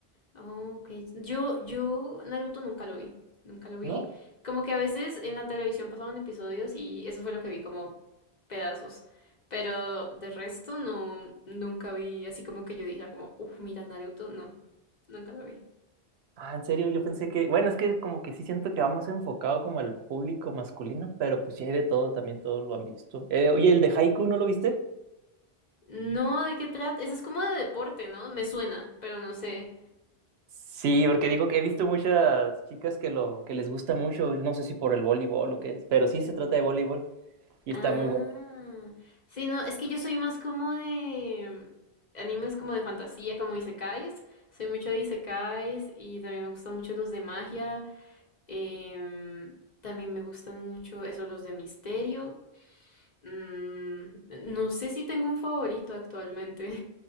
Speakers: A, on the left; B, on the right.
A: Oh, ok. Yo, yo Naruto nunca lo vi. Nunca lo vi.
B: ¿No?
A: Como que a veces en la televisión pasaban episodios y eso fue lo que vi, como pedazos. Pero de resto no, nunca vi así como que yo dijera como, uff, mira Naruto. No, nunca lo vi.
B: Ah, en serio, yo pensé que, bueno, es que como que sí siento que va más enfocado como al público masculino, pero pues sí hay de todo, también todos lo han visto. Eh, oye, el de Haiku, ¿no lo viste?
A: No, ¿de qué trata? Eso es como de deporte, ¿no? Me suena, pero no sé.
B: Sí, porque digo que he visto muchas chicas que lo que les gusta mucho, no sé si por el voleibol o qué es, pero sí se trata de voleibol y
A: Ah,
B: está muy bueno.
A: sí, no, es que yo soy más como de animes como de fantasía, como isekais. Soy mucho de isekais y también me gustan mucho los de magia. Em, también me gustan mucho esos los de misterio. Mm, no sé si tengo un favorito actualmente.